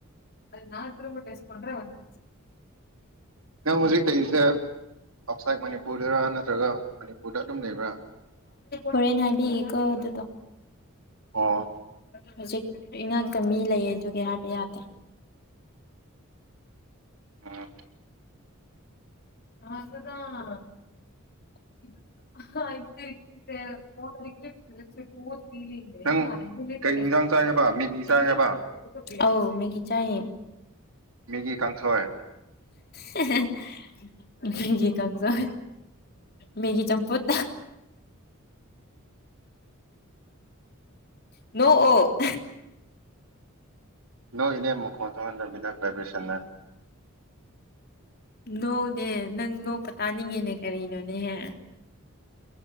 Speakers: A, on the left; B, on the right.
A: ꯑꯗꯨꯗ ꯅꯥꯟ ꯇꯔ ꯇꯦꯁ ꯀꯣꯟ꯭ꯔꯦꯟꯦ
B: ꯅꯪ ꯍꯧꯖꯤꯛ ꯂꯩꯔꯤꯁꯦ ꯑꯥꯎꯠꯁꯥꯏꯠ ꯃꯅꯤꯄꯨꯔꯗꯔ ꯅꯠꯇ꯭ꯔꯒ ꯃꯅꯤꯄꯨꯔꯗ ꯑꯗꯨꯝ ꯂꯩꯕ꯭ꯔꯥ
A: ꯍꯔꯦꯅꯕꯤ ꯀ ꯑꯣꯏ ꯑꯗꯨꯗ
B: ꯑꯣ
A: ꯍꯧ ꯏꯩꯅ ꯀꯃꯤ ꯂꯩꯌꯦ ꯑꯗꯨꯒꯤ ꯍꯥꯏꯕ ꯌꯥꯗꯦ
B: ꯑꯥ
A: <unintelligible> <unintelligible> <unintelligible> <unintelligible>
B: ꯅꯪ ꯀꯩ ꯌꯦꯟꯖꯥꯡ ꯆꯥꯏ ꯍꯥꯏꯕ ꯃꯦꯒꯤ ꯆꯥꯏ ꯍꯥꯏꯕ
A: ꯑꯧ ꯃꯦꯒꯤ ꯆꯥꯏꯌꯦ
B: ꯃꯦꯒꯤ ꯀꯥꯡꯁꯣꯏ
A: <unintelligible> ꯃꯤꯒꯤ ꯀꯥꯡꯖꯣꯏ ꯃꯦꯒꯤ ꯆꯝꯄꯨꯠ ꯅꯣ ꯑꯣ
B: ꯅꯣꯛꯏꯅꯦ ꯃꯈꯣꯟ ꯊꯣꯛꯍꯟꯗꯕꯤꯗ ꯚꯥꯏꯕ꯭ꯔꯦꯁꯟꯅ
A: ꯅꯣꯛꯑꯣꯅꯦ ꯅꯪ ꯅꯣꯛꯄ ꯇꯥꯅꯤꯡꯉꯤꯅꯦ ꯀꯔꯤꯅꯣꯅꯦꯍꯦ